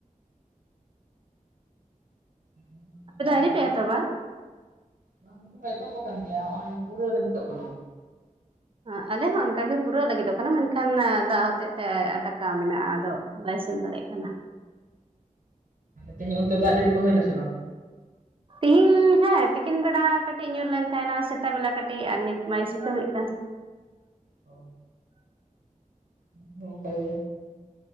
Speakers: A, on the right (about 80°); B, on the right (about 40°).
A: <inaudible>
B: ᱟᱯᱮ
A: ᱫᱟᱜ
B: ᱫᱚ ᱟᱹᱣᱨᱤ
A: ᱡᱟᱹᱲᱤ
B: ᱯᱮ ᱮᱛᱚᱦᱚᱵᱟ
A: ᱵᱟᱝ <inaudible> ᱮᱛᱚᱦᱚᱵ ᱟᱠᱟᱱ ᱜᱮᱭᱟ ᱦᱚᱸᱜᱼᱚᱭ ᱯᱩᱨᱟᱹ ᱞᱟᱹᱵᱤᱛᱚᱜ ᱠᱟᱱᱟ᱾ <unintelligible>
B: ᱟᱸ ᱟᱞᱮ ᱦᱚᱸ ᱚᱱᱠᱟᱜᱮ ᱯᱩᱨᱟᱹᱜ ᱞᱟᱹᱜᱤᱫᱚᱜ ᱠᱟᱱᱟ ᱢᱮᱱᱠᱷᱟᱱ ᱫᱟᱜ ᱦᱚᱛᱮᱜ ᱛᱮ ᱟᱴᱟᱠᱟ ᱢᱮᱱᱟᱜᱼᱟ ᱟᱫᱚ ᱵᱟᱭ ᱥᱮᱱ ᱫᱟᱲᱮᱜ ᱠᱟᱱᱟ᱾
A: ᱛᱮᱦᱮᱧ ᱚᱱᱛᱮ ᱫᱟᱜ ᱡᱟᱹᱲᱤ ᱠᱚ ᱦᱩᱭᱱᱟ ᱥᱮ ᱵᱟᱝ?
B: ᱛᱤᱦᱤᱧ ᱦᱮᱸ ᱛᱤᱠᱤᱱ ᱵᱮᱲᱟ ᱠᱟᱹᱴᱤᱡ ᱧᱩᱨ ᱞᱮᱱ ᱛᱟᱦᱮᱱᱟ ᱥᱮᱛᱟᱜ ᱵᱮᱞᱟ ᱠᱟᱹᱴᱤᱡ ᱟᱨ ᱱᱤᱛ ᱢᱟᱭ ᱥᱤᱛᱩᱝᱮᱜ ᱠᱟᱱ᱾
A: ᱚ <inaudible> ᱚᱝᱠᱟ ᱜᱮ᱾